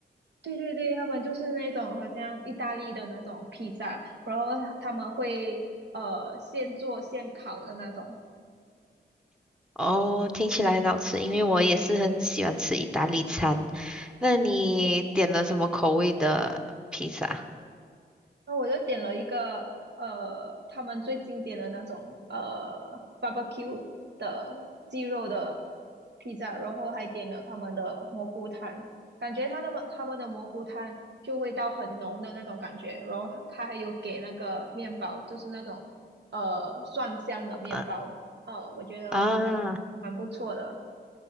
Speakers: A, on the right; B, in the centre.
A: 对对对，他们就是那种好像意大利的那种披萨，然后他他们会呃现做现烤的那种。
B: 哦，听起来很好吃，因为我也是很喜欢吃意大利餐。那你点了什么口味的披萨？
A: 那我就点了一个呃，他们最经典的那种呃 barbecue 的鸡肉的披萨，然后还点了他们的蘑菇汤，感觉他的他们的蘑菇汤就味道很浓的那种感觉，然后他还有给那个面包，就是那种呃蒜香的面包，
B: 嗯
A: 呃，我觉得蛮蛮不错的。
B: 啊，